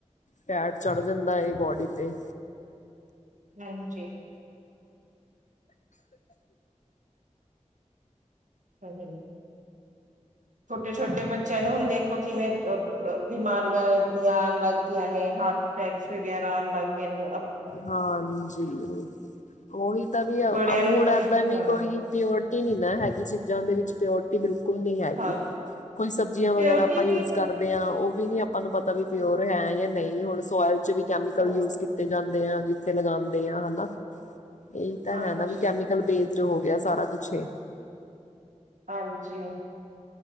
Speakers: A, on the left; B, on the right.
A: ਫੈਟ ਚੜ ਜਾਂਦਾ ਏ ਬੋਡੀ ਤੇ।
B: ਹਾਂਜੀ‌। ਕਰਦੇ ਛੋਟੇ-ਛੋਟੇ ਬੱਚਿਆਂ ਨੂੰ ਹੁਣ ਦੇਖਲੋ ਕਿਵੇਂ, ਬਿਮਾਰੀਆਂ ਲੱਗਦੀਆਂ ਨੇ, ਹਾਰਟ ਅਟੈਕਸ ਵਗੈਰਾ ਆਣ ਲੱਗ ਗਏ ਨੂੰ
A: ਹਾਂਜੀ, ਓਹੀ ਤਾਂ ਵੀ
B: ਬੜਿਆਂ ਨੂੰ
A: ਹੁਣ
B: ਤਾਂ
A: ਐਦਾਂ ਵੀ
B: ਹਾਂ
A: ਕੋਈ ਪਿਓਰਟੀ ਨਹੀਂ ਨਾ ਹੈਗੀ ਚੀਜ਼ਾਂ ਦੇ ਵਿੱਚ, ਪਿਓ ਬਿਲਕੁਲ ਨਹੀਂ ਹੈਗੀ,
B: ਹਾਂ
A: ਕੋਈ ਸਬਜ਼ੀਆਂ
B: ਪਿਓਰਟੀ
A: ਵਗੈਰਾ ਆਪਾਂ
B: ਵੀ
A: ਯੂਜ
B: ਨਹੀਂ।
A: ਕਰਦੇ ਆਂ, ਉਹ ਵੀ ਨੀ ਆਪਾਨ ਨੂੰ ਪਤਾ ਵੀ ਪਿਓਰ ਹੈ ਯਾ ਨਹੀਂ, ਹੁਣ ਸੋਇਲ'ਚ ਵੀ ਕੈਮੀਕਲ
B: ਹਾਂ
A: ਯੂਜ ਕੀਤੇ ਜਾਂ ਜਿੱਥੇ ਲਗਾਂਦੇ ਆ ਹਨਾ, ਇਹੀ ਤਾਂ
B: ਹਾਂਜੀ
A: ਹੈ ਨਾ, ਵੀ ਕੈਮੀਕਲ ਬੇਸਡ ਜੋ ਹੋਗਿਆ, ਸਾਰਾ ਕੁਛ ਏ।
B: ਹਾਂਜੀ।